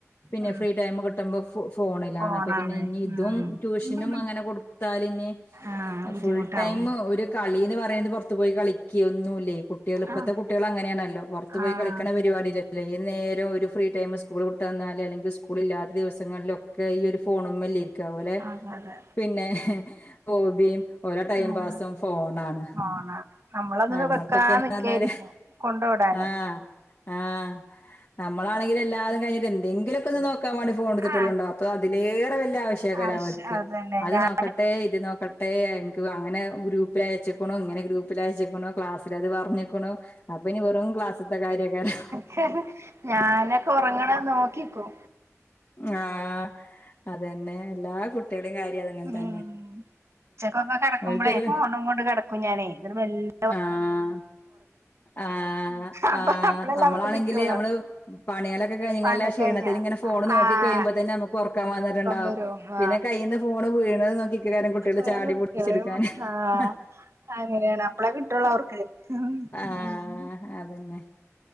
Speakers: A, on the left; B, on the right.
A: പിന്നെ
B: ഉം
A: ഫ്രീ ടൈം കിട്ടുമ്പം ഫോണിലാണ്.
B: ഫോണാണ്
A: അപ്പൊ പിന്നെ ഇനി ഇതും
B: ഉം
A: ട്യൂഷനും അങ്ങനെ കൊടുത്താല് ഇഞ്
B: ആഹ് ബുദ്ധിമുട്ടാവും
A: ഫുൾ ടൈം ഒരു കളീന്ന് പറയുന്നത് പുറത്തു പോയി കളിക്കെ ഒന്നു ഇല്ലേ. കുട്ട്യേള് ഇപ്പത്തെ
B: ആഹ്
A: കുട്ട്യേള് അങ്ങനേണല്ലോ. പൊറ്ത്ത് പോയി
B: ആഹ്
A: കിളിക്ക്ണ പരിപാടി ഇല്ലല്ലോ. അല്ല ഈ നേരം ഒരു ഫ്രീ ടൈം സ്കൂൾ വിട്ടു വന്നാലേ അല്ലെങ്കിൽ സ്കൂള് ഇല്ലാത്ത ദിവസങ്ങളിലോ ഒക്കെ ഈ ഒരു ഫോണുമല്ലെ ഇരി ക്ക്, അതു പോലെ
B: അതെ അതെ
A: പിന്നെ ഹെ ഹോബിയും ഓരോ ടൈം
B: ഉം
A: പാസും ഫോണാണ്.
B: ഫോണാണ്. നമ്മളത്
A: നമ്മൾക്കൊക്കെന്ന്
B: വെക്കാ നിക്കേരിക്കും
A: പറഞ്ഞാല്
B: കൊണ്ടോടാന്
A: ആഹ് ആഹ് നമ്മളാണെങ്കിൽ എല്ലാതും കഴഞ്ഞിട്ട് എന്തങ്കിലൊക്കെ ഒന്ന് നോക്കാൻ വേണ്ടി ഫോൺ എടുത്തിട്ടേ
B: ആഹ്
A: ഉണ്ടാവൊള്ളു അപ്പോ അതിലേറെ വലിയ ആവശ്യം ആയിരിക്കും
B: ആശ്
A: അവർക്ക്
B: അതന്നെ
A: അത്
B: ഞാൻ
A: നോക്കട്ടെ ഇത് നോക്ക ട്ടേ ഇനിക്ക് അങ്ങനെ ഗ്രൂപ്പിലയിച്ചക്ക്ണു ഇങ്ങനെ ഗ്രൂപ്പിലയ- ച്ച്ക്ക്ണു ക്ലാസിൽ അത് പറഞ്ഞിക്ക്ണു അപ്പൊ ഇനി വെറും ക്ലാസിത്തെ കാര്യേക്കാരം, ഹ്
B: ഹ് ഹ്, ഞാനൊക്കെ ഉറങ്ങ്ണെ നോക്കിനിക്കും.
A: ആ അതെന്നെ എല്ലാ കുട്ടികളുടെയും കാര്യം അതങ്ങനെ
B: ഉം
A: തന്നെ.
B: ഉച്ചക്കൊക്കെ കിടക്കുമ്പോളേ
A: ഓൽക്കൊരു
B: ഫോണും കൊണ്ട് കിടക്കും ഞാനെ ഇന്നിട്ട് വെല്ലെ
A: ആഹ്, ആഹ്,
B: അപ്പൊ
A: ആഹ്
B: അപ്പളല്ലേ
A: നമ്മളാണെങ്കില്
B: അവർക്ക് കിട്ടുള്ളൂ
A: നമ്മള് പണികളൊക്കെ കഴിഞ്ഞ്ങ്ങാൻള്ള
B: പണിയൊക്കെ
A: ആ ക്ഷീണത്തില്
B: കഴിഞ്ഞാ
A: ഇങ്ങനെ ഫോണ് നോക്കി
B: ആഹ്
A: കഴിയുമ്പോ തന്നെ നമുക്ക് ഉറക്കം വന്നിട്ടുണ്ടാവും
B: വരും
A: പിന്നെ
B: ആഹ്
A: കയ്യീന്ന് ഫോണ് വീണത് നോക്കി നിക്കേക്കാരും കുട്ടികള്
B: അങ്ങനെ
A: ചാടി
B: കുട്ടികള്
A: പൊടിച്ചെടുക്കാന്,
B: ആഹ്
A: ഹ് ഹ്
B: അങ്ങനെയാണ് അപ്പളേ കിട്ടുള്ളൂ അവർക്ക് ആഹ്,
A: ആഹ്
B: മ്
A: അതന്നെ